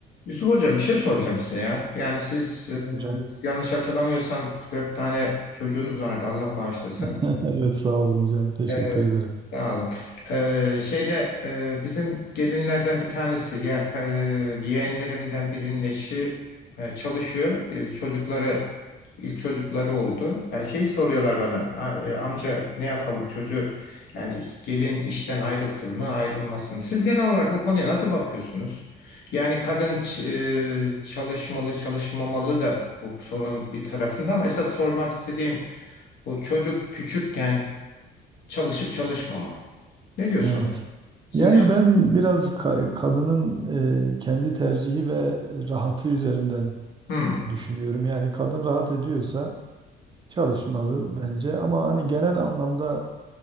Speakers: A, on the left; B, on the right.
A: Yusuf Hocam bir şey soracağım size ya. Yani siz e,
B: Hocam.
A: yanlış hatırlamıyorsam dört tane çocuğunuz vardı Allah bağışlasın.
B: <laughs> Evet sağ olun hocam teşekkür
A: Ee,
B: ederim.
A: sağ olun. Ee, şeyde e, bizim gelinlerden bir tanesi yani ka- e, yeğenlerimden birinin eşi e, çalışıyor. E, çocukları ilk çocukları oldu. Yani şey soruyorlar bana "A- e, amca ne yapalım çocuğu yani gelin işten ayrılsın mı ayrılmasın mı? Siz genel olarak bu konuya nasıl bakıyorsunuz? Yani kadın ç- e, çalışmalı çalışmamalı da bu sorun bir tarafında ama esas sormak istediğim bu çocuk küçükken Çalışıp çalışmama. Ne diyorsun?
B: Evet.
A: Siz
B: Yani
A: ne yaptınız?
B: ben biraz ka- kadının e, kendi tercihi ve rahatı üzerinden
A: Hmm.
B: düşünüyorum. Yani kadın rahat ediyorsa çalışmalı bence ama hani genel anlamda